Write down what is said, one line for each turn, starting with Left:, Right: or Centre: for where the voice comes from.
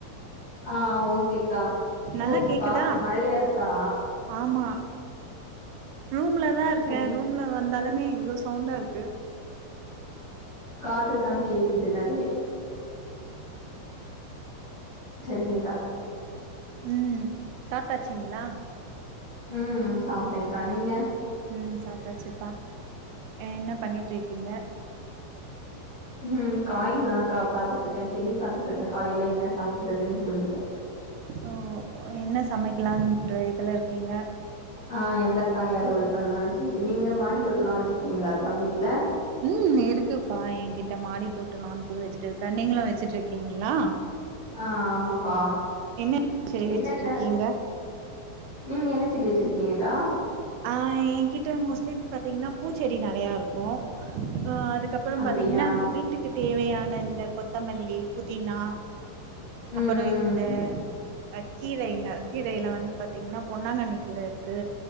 Left: ஆ ஓகேக்கா
Right: நல்லா
Left: ஓகே
Right: கேக்குதா
Left: மழையா இருக்கா
Right: ஆமா ரூம்ல தா இருக்கே
Left: சரி
Right: ரூம்ல வந்தாலுமே இவ்ளோ சவுண்டா இருக்கு
Left: காத்து தா கேக்குது நெறைய சேரிங்க
Right: ம் சாப்ட்டாச்சுங்ளா
Left: ம் சாப்ட்டேக்கா நீங்க
Right: ம் சாப்டாச்சுப்பா என்ன பண்ணீட்டுருக்கீங்க
Left: ம் காய்ங்களாக்கா பாத்துட்டுருக்கே செடி பாத்துட்டு இருக்கே காலையில என்ன சமைக்கிறதுன்னு சொல்லிட்டு
Right: ஓ என்ன சமைக்கலான்ற இதுல இருக்கீங்க
Left: ஆ எந்தக்காய் அறுவட பண்ணலான்னு சொல்லிட்டு நீங்க மாடித்தோட்டல்லா வச்சிருக்கீங்களா அக்கா வீட்ல
Right: ம் இருக்குப்பா எங்கிட்ட மாடி தோட்டோ நானு கூட வச்சுட்டு இருக்கே நீங்களு வச்சுட்டுருக்கீங்களா
Left: ஆ ஆமாப்பா
Right: என்ன செடி
Left: என்னன்ன
Right: வச்சுட்ருக்கீங்க
Left: நீங்க என்ன செடி வச்சிருக்கீங்கக்கா
Right: ஆ ஏங்கிட்ட மோஸ்ட்லி பாத்தீங்கன்னா பூச்செடி நறைய இருக்கு அ அதுக்கப் புறோ
Left: அப்டியா
Right: பாத்தீங்கன்னா வீட்டுக்கு தேவையான இந்த கொத்தமல்லி புதினா
Left: ம்
Right: அப்புறோ இந்த
Left: ம்
Right: அ கீரைங்க கீரையில வந்து பாத்தீங்கன்னா பொன்னாங்கண்ணி கீரருக்கு